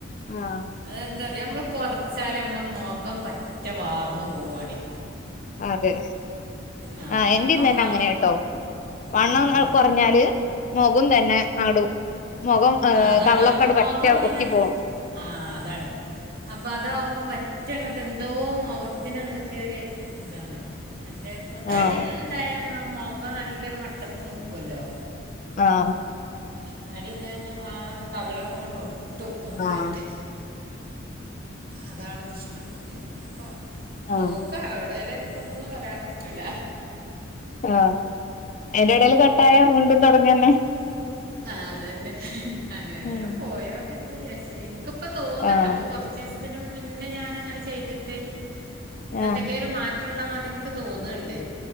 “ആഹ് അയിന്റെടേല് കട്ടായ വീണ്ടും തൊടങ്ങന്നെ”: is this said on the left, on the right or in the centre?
Left